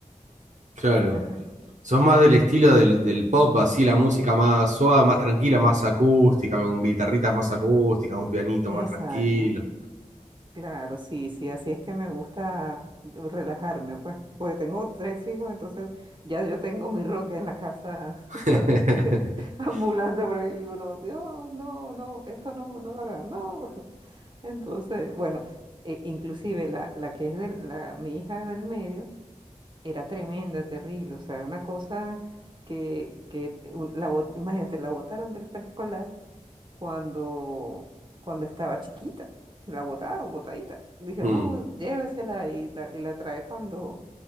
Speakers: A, on the right; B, on the right.
A: claro.
B: Ajá.
A: Sos más del estilo del, del pop, así la música más suave, más tranquila, más acústica, con guitarritas más acústicas, un pianito
B: Exacto,
A: más tranquilo.
B: claro, sí, sí, así es que me gusta relajarme, pues, porque tengo tres hijos, entonces ya yo tengo mi rock en la casa,
A: <laughs>
B: <laughs> tú sabes, <laughs> ambulante por ahí, y uno, Dios, no, no, esto no, no lo hagan, no. Entonces, bueno, e- inclusive la, la que es de la, mi hija del medio era tremenda, terrible, o sea, una cosa que, que un- la, bot- imagínate, la botaron del preescolar cuando, cuando estaba chiquita, la botaron, botadita. Dijo,
A: Mm,
B: no, llévesela y la, y la trae cuando,